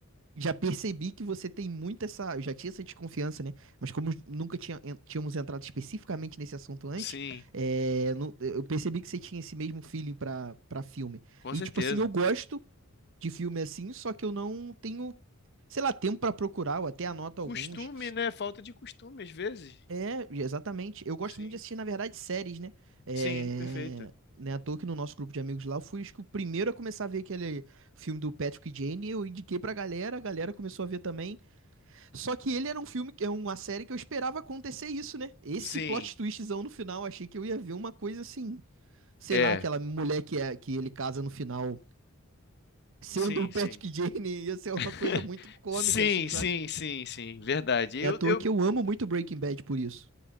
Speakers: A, on the right (about 60°); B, on the left (about 50°).
A: Já percebi que você tem muito essa. Eu já tinha essa desconfiança, né? Mas como nunca tinha- en- tínhamos entrado especificamente nesse assunto antes,
B: Sim,
A: é, não- eu percebi que você tinha esse mesmo feeling pra, pra filme.
B: com
A: E,
B: certeza.
A: tipo assim, eu gosto de filme assim, só que eu não tenho, sei lá, tempo pra procurar, eu até anoto
B: Costume,
A: alguns.
B: né? Falta de costume, às vezes.
A: É, exatamente. Eu gosto
B: Sim.
A: muito de assistir, na verdade, séries, né? É.
B: Sim, perfeito.
A: Né, à toa que no nosso grupo de amigos lá, eu fui acho que o primeiro a começar a ver aquele filme do Patrick e Jane, eu indiquei pra galera, a galera começou a ver também. Só que ele era um filme, é uma série que eu esperava acontecer isso, né? Esse
B: Sim,
A: plot twistzão no final, achei que eu ia ver uma coisa assim, sei
B: é.
A: lá, aquela mulher que, é, que ele casa no final, sendo
B: Sim,
A: o Patrick
B: sim.
A: Jane, ia ser uma
B: <laughs>
A: coisa muito cômica,
B: Sim,
A: assim, sabe?
B: sim, sim, sim, verdade.
A: É
B: Eu,
A: à toa
B: eu,
A: que eu amo muito Breaking Bad por isso.